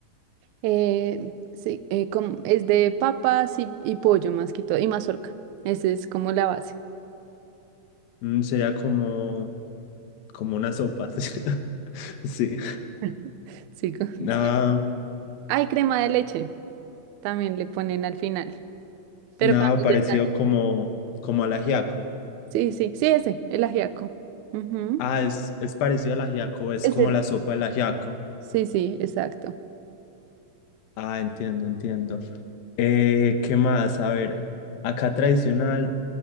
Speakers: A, on the right; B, on the left.
A: Eh, sí, eh, com- es de papas y, y pollo más que todo, y mazorca. Esa es como la base.
B: mm, sería como, como una sopa. <laughs> Sí, sí.
A: <laughs> Sí, co-
B: nada,
A: sí. Hay crema de leche, también le ponen al final, pero
B: nada
A: cuando
B: parecido
A: ya está.
B: como, como al ajiaco.
A: Sí, sí, sí, ese, el ajiaco. Ujú.
B: Ah, es, es parecido al ajiaco, es
A: Ese.
B: como la sopa del ajiaco.
A: Sí, sí, exacto.
B: Ah, entiendo, entiendo. Eh, ¿qué más? A ver, acá tradicional,